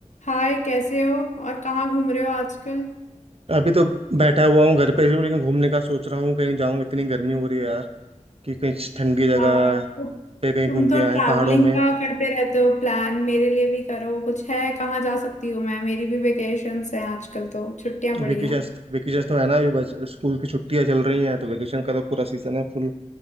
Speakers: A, on the left; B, on the right.
A: हाय कैसे हो और कहाँ घूम रहे हो आजकल
B: अभी तो बैठा हुआ हूँ घर पे ही हूँ लेकिन घूमने का सोच रहा हूँ कहीं जाऊँ इतनी गर्मी हो रही है यार कि कहीं ठंडी जगह
A: यार तो
B: पे कहीं
A: तुम
B: घूम
A: तो
B: के
A: ट्रैवलिंग
B: आए पहाड़ों में
A: का करते रहते हो प्लान मेरे लिए भी करो कुछ है कहाँ जा सकती हूँ मैं मेरी भी वेकेशंस हैं आजकल तो छुट्टियां पड़ी
B: वेकेशन
A: हैं
B: वेकेशन तो है ना अभी बस स्कूल की छुट्टियां चल रही हैं तो वेकेशन का तो पूरा सीजन है फुल